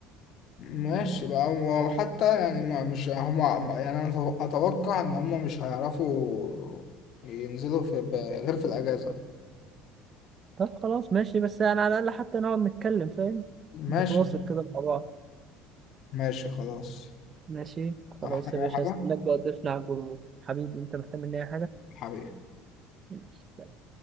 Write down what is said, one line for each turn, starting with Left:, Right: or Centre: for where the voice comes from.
Left: ماشي بقى وحتى يعني ما مش هما يعني أنا أتو- أتوقع إن هما مش هيعرفوا ينزلوا في ب- غير في الأجازة
Right: طب خلاص ماشي بس يعني على الاقل حتى نقعد نتكلم فاهم نتواصل
Left: ماشي
Right: كده مع بعض
Left: ماشي خلاص
Right: ماشي خلاص
Left: محتاج
Right: يا
Left: أي
Right: باشا
Left: حاجة
Right: هستناك بقى تضيفنا على الجروب حبيبي انت محتاج مني اي
Left: حبيبي
Right: حاجة